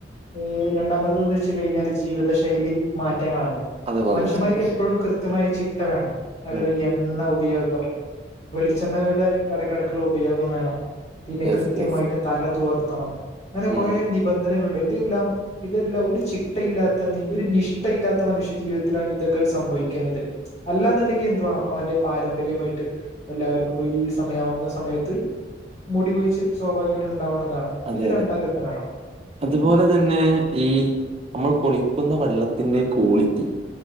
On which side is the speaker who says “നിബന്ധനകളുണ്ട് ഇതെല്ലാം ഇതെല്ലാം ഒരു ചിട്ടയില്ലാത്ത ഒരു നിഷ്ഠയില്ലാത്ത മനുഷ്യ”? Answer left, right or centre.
Left